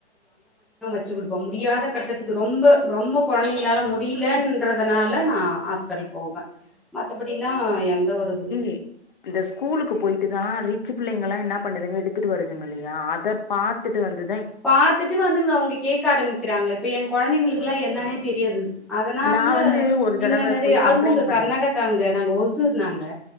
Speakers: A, in the centre; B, on the left (about 45°).
A: ச்சு குடுப்போ முடியாத கட்டத்துக்கு ரொம்ப ரொம் ம்ப கொழ்ந்திங்க என்னால முடியிலன்றதுனால நா ஹாஸ்பிட்டல் போவே மத்தபடியில்லா எந்த ஒரு இதுமே
B: இ இந்த ஸ்கூலுக்கு போயிட்டுதா ரீட் ச்சி பிள்ளைங்குல்லா என்ன பண்ணதுங்க எடுத்துட்டு வருது இதுங்குல்லீயா அத பாத்துட்டு வந்து
A: பாத்துட்டு வந்துங்க அவுங்க கேக்க ஆரம்பிக்கிறாங்க இப்ப என் கொழந்திங்களுக்கு என்னனுத் தெரியது அதுனா
B: நா வந்து ஒரு தடவ
A: என்னென்னது
B: போய்
A: அதுவுங்க
B: கம்ப்ளைண்ட் பண்ணே
A: கர்நாடகாங்க நாங்க ஒசூர்னாங்க